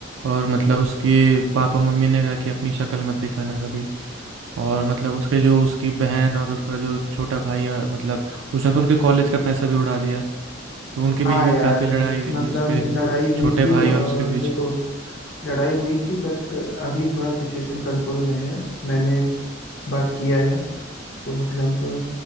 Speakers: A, on the right (about 80°); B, on the left (about 60°).
A: और मतलब उसके पापा मम्मी ने कहा कि अपनी शक्ल मत दिखाना कभी और मतलब उसके जो उसकी बहन और उसका जो छोटा भाई है मतलब उसने तो उनके कॉलेज का पैसा भी उड़ा दिया तो उनके
B: हाँ
A: बीच भी
B: यार
A: काफ़ी लड़ाई हुई
B: मतलब
A: थी उसके
B: लड़ाई हुई
A: छोटे
B: थी
A: भाई
B: और
A: और उसके बीच
B: देखो लड़ाई हुई थी बट अभी थोड़ा सिचुएशन कंट्रोल में है मैंने बात किया है तो मतलब